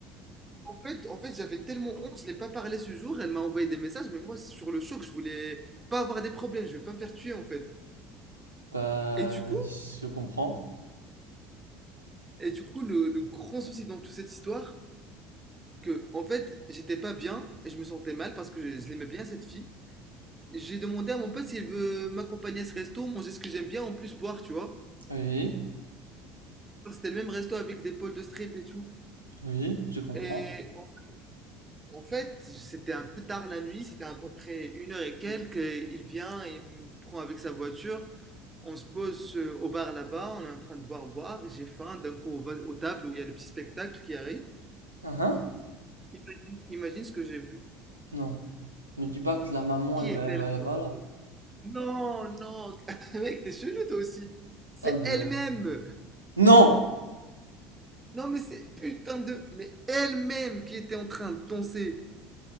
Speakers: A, on the right (about 15°); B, on the right (about 85°).
A: En fait, en fait, j'avais tellement honte, je l'ai pas parlé ce jour. Elle m'a envoyé des messages, mais moi, sur le choc, je voulais pas avoir des problèmes, je vais pas me faire tuer en fait.
B: Bah,
A: Et du coup,
B: je comprends.
A: et du coup, le, le grand souci dans toute cette histoire, que en fait, j'étais pas bien et je me sentais mal parce que je, je l'aimais bien cette fille. J'ai demandé à mon pote s'il veut m'accompagner à ce resto, manger ce que j'aime bien, en plus boire, tu vois.
B: Oui,
A: C'était le même resto avec des potes de strip et tout.
B: oui, je comprends.
A: Et en, en fait, c'était un peu tard la nuit, c'était à peu près une heure et quelques. et il vient, il me prend avec sa voiture. On se pose euh, au bar là-bas, on est en train de boire, boire, et j'ai faim. D'un coup, on va aux tables où il y a le petit spectacle qui arrive.
B: Ah hein
A: Imagine, imagine ce que j'ai vu.
B: Non. Me dis pas que la maman,
A: Qui
B: elle va,
A: était
B: elle va
A: là dedans
B: là-bas, là.
A: Non, non, <laughs> mec, t'es chelou toi aussi. C'est
B: Ah ben...
A: elle-même.
B: Non!
A: Non, mais c'est putain de. Mais elle-même qui était en train de danser.